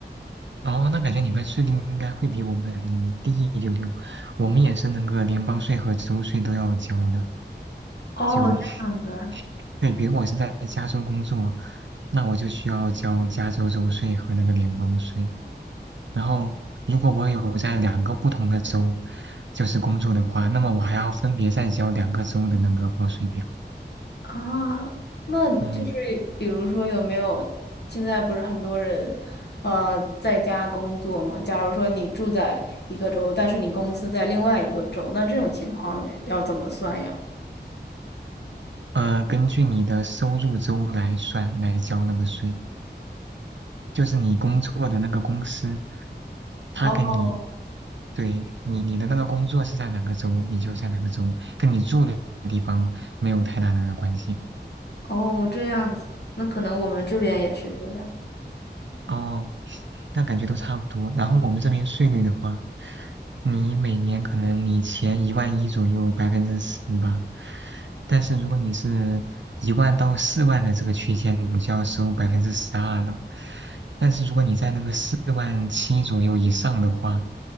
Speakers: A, on the right (about 85°); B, on the left (about 65°).
A: 哦，那感觉你们税率应该会比我们低一丢丢，我们也是那个联邦税和州税都要交的。
B: 哦，
A: 就，
B: 这样子，
A: <laughs> 对，比如我是在加州工作，那我就需要交加州州税和那个联邦税。然后，如果我有在两个不同的州，就是工作的话，那么我还要分别再交两个州的那个报税表。
B: 啊，那就是比如说有没有现在不是很多人，
A: 嗯，
B: 呃，在家工作嘛？假如说你住在一个州，但是你公司在另外一个州，那这种情况要怎么算呀？
A: 呃，根据你的收入州来算来交那个税。就是你工作的那个公司，他给你，
B: 哦
A: 对你你的那个工作是在哪个州，你就在哪个州，跟你住的地方没有太大的关系。
B: 哦，这样子，那可能我们这边也是这样。
A: 哦，那感觉都差不多。然后我们这边税率的话，你每年可能你前一万一左右百分之十吧，但是如果你是一万到四万的这个区间，你就要收百分之十二了。但是如果你在那个四万七左右以上的话，